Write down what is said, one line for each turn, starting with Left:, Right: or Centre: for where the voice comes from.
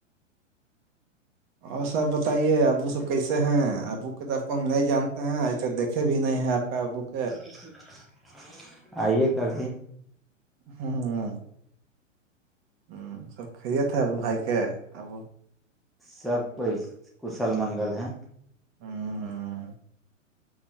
Right: اور سب بتائیے ابو سب کیسے ہیں ابو ک توب کو ہم نہیں جانتے ہیں ایے تو دیکھ ے بھی نہیں ہے آپ بوک
Centre: بالکل <inaudible> آئیے کافی
Right: ہاں ہ <inaudible> ہ سب کھے تھے اب بھائی کے اب
Centre: سب کوئی کشل منگل ہیں
Right: ہاں ہاں <inaudible>